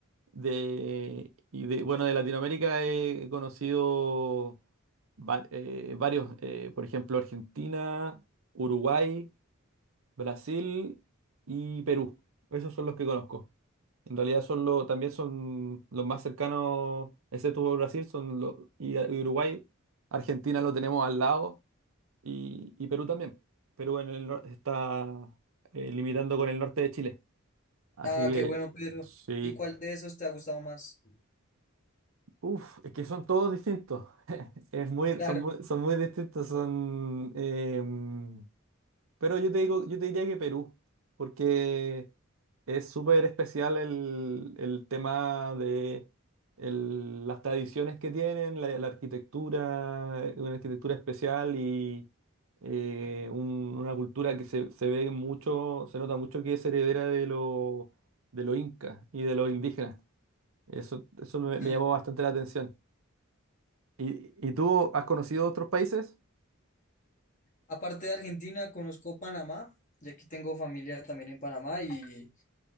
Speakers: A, on the right; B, on the left.
A: De, y de, bueno, de Latinoamérica he conocido va- eh, varios, eh, por ejemplo, Argentina, Uruguay. Brasil y Perú. Esos son los que conozco. En realidad son los, también son los más cercanos, excepto Brasil, son los, y y Uruguay. Argentina lo tenemos al lado y, y Perú también. Perú en el nor- está eh, limitando con el norte de Chile. Así
B: Ah,
A: que
B: qué bueno, Pedro.
A: sí.
B: ¿Y cuál de esos te ha gustado más?
A: Uf, es que son todos distintos. Es muy,
B: Claro.
A: son muy, son muy distintos. Son, em, Pero yo te digo, yo te diría que Perú, porque es súper especial el, el tema de el- las tradiciones que tienen, la, la arquitectura, eh, una arquitectura especial y eh, un- una cultura que se, se ve mucho, se nota mucho que es heredera de lo, de lo inca y de los indígenas. Eso, eso me,
B: Y
A: me llamó bastante la atención. ¿Y, y tú has conocido otros países?
B: aparte de Argentina, conozco Panamá, y aquí tengo familia también en Panamá y